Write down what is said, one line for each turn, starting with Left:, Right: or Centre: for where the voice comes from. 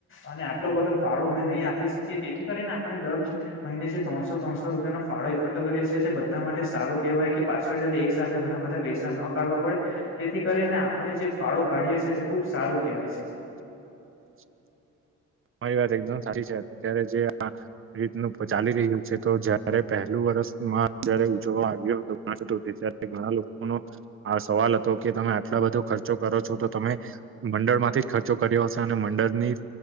Left: અને આટલો બધો ફાળો અમે નહી આપી શકીએ. કે તેથી કરીને આપણે દર મહિને જે ત્રણસો ત્રણસો રૂપિયાનોો ફાળો એકઠો કર્યો છ છે તે બધા માટે સારું કહેવાય કે પાછળ એક સાથે ઘણા બધા પૈસા ન કાઢવા પડે, તેથી કરીને આપણે જે ફાળો કાઢીએ તે ખુબ સારું કેહેવાય છે.
Right: <inaudible> મારી વાત એકદમ સચી છે અત્યારે જે આ રીતનું ચાલી રહ્યું છે તો જયારે પહેલું વરષ માં જયારે ઉજવવા આવ્યો હતોતુથી ત્યારે ઘણા લોકોનનો આ સવાલ હતો કે તમે આટલા બધો ખર્ચો કરો છો તો તમે, મંડળ માંથી જ ખર્ચો કર્યો હશે અને મંડળની